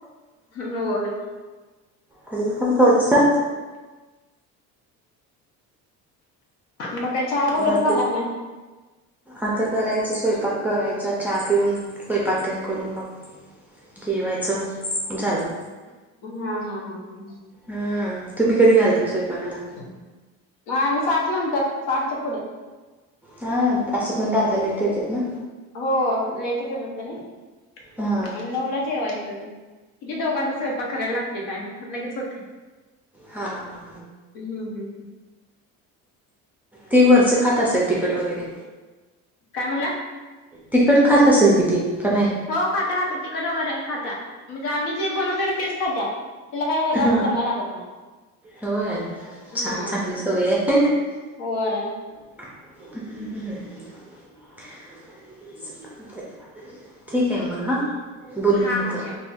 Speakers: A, on the left (about 85°); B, in the centre.
A: होय
B: तरी पण थोडंसं.
A: चांगल ये मग काय चहा वगैरे
B: बाकी
A: झाला का नाही?
B: आता करायच स्वयंपाक करायचा, चहा पिऊन स्वयंपाकतेन करून मग जेवायचं झालं.
A: हा हा हा, हा ह.
B: हम्म, तुम्ही कधी घालताय स्वयंपाकाला?
A: मग आम्ही सातनंतर सातच्या पुढे.
B: हा असं पण दादा लेट येतेत ना.
A: हो लेटच येतेत त्यानी,
B: हा
A: मग नऊला जेवायचं. किती दोघांचा स्वयंपाकराला लागते टाइम, लगेच होते.
B: हा हा.
A: हं हं.
B: ती वरचं खात असेल तिखट वगैरे.
A: काय म्हणला?
B: तिकट खात असेल कि ती का नाही?
A: हो खात्या खात्या तिखट वगैरे खात्या म्हणजे आम्ही जे बनवतोना तेच खात्या. तिला काय असं वेगंळ
B: हा
A: असं बनवायं लागत नाही.
B: होय छान
A: हा
B: चांगली सवय आहे.
A: होय
B: <unintelligible> ठीक आहे मग हा, बोलू
A: हा
B: नंतर
A: हा ठेवा.